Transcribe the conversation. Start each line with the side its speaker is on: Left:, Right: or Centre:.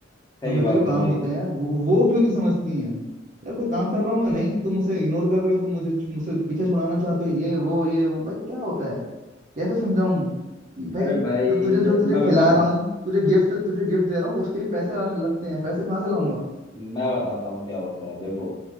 Left: सही
Right: हमें
Left: बात
Right: भी तो काम
Left: है भाई
Right: होते
Left: <laughs>
Right: हैं यार वो वो क्यों नहीं समझती हैं यार कोई काम कर रहा हूँ मैं नहीं तुम मुझे इग्नोर कर रहे हो तुम मुझे मुझसे पीछे छुड़ाना चाहते हो ये वो ये वो भाई क्या होता है कैसे समझाऊं कि भाई
Left: अरे भाई
Right: तो तुझे
Left: जब
Right: जो तुझे
Left: मैं बताऊं
Right: खिला रहा हूँ तुझे गिफ्ट तुझे गिफ्ट दे रहा हूँ उसके लिए पैसे आने लगते हैं पैसे कहाँ से लाऊंगा
Left: मैं बताता हूँ क्या होता है देखो